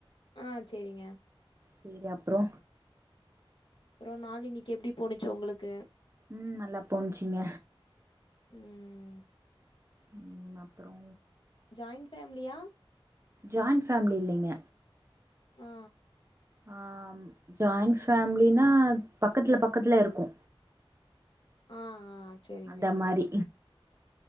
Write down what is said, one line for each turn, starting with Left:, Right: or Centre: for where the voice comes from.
Left: ஆ செரிங்க
Right: செரி அப்றோ
Left: அப்பறம் நாளை இன்னைக்கி எப்படி போணிச்சு உங்களுக்கு
Right: ம் நல்லா போணுச்சிங்க
Left: ம்
Right: ம் அப்றோ
Left: ஜாயிண்ட் ஃபேமிலியா
Right: ஜாயின் ஃபேமிலி இல்லங்க
Left: ஆ
Right: ஆ ஜாயிண்ட் ஃபேமிலினா பக்கத்துல பக்கத்துல இருக்கோ
Left: ஆ ஆ சரிங்க
Right: அந்த
Left: சரிங்க
Right: மாரி